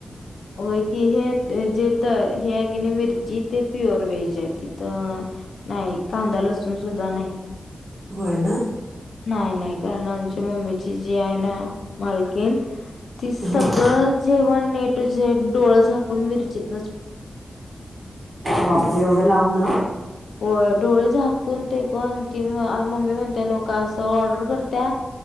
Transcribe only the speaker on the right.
होय ना?
हां
बापरे एवढ्या लांब न